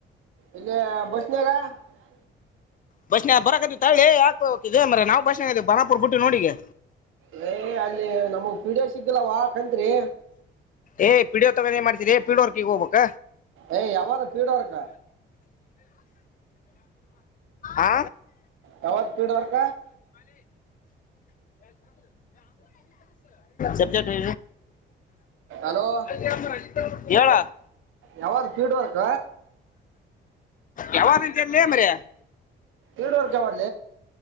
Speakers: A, on the right; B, on the left.
A: ಇಲ್ಲಿ ಬಸ್ನಾಗ <unintelligible>
B: ಬಸ್ ನ ಬರಕ ತಳಿ ಯಾಕ ಹಿದೆ ಅಂದ್ರೆ ನಾವು ಭಾಷಣ ಬನಾಪುರ್ ಬಿಟ್ಟು ನೋಡಿಗೆ
A: ಯ ಅಲ್ಲಿ ನಮಗ್ ಪೀಡಿಯ ಸಿಗ್ಲ್ಲವಾ ಕಂತ್ರಿ
B: ಏ ಪಿ ಡಿ ಒ ತಗಾನ ಏನ್ ಮಾಡ್ತೀರಿ ಪಿಡೋರ್ಕ ಹೋಗ್ಬೇಕ
A: ಏ ಯಾವಾಗ ಪೀಡೋರ್ಕ
B: ಆ
A: ಯಾವತ್ ಪೀಡೋರ್ಕ
B: ಸಬ್ಜೆಟ್ <unintelligible>
A: ಅಲೋ
B: ಅ <unintelligible> ಹೇಳ
A: ಯಾವ್ದ್ ಫೀಡ್ ವರ್ಕ್
B: ಯಾವಾಗಂತಲಿ ಮರಿ
A: ಹ <unintelligible> ಯ